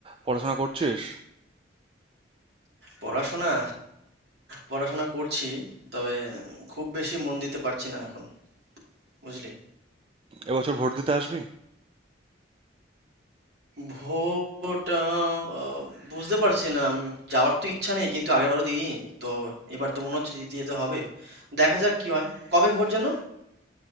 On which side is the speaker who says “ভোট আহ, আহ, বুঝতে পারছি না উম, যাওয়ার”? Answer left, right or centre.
Right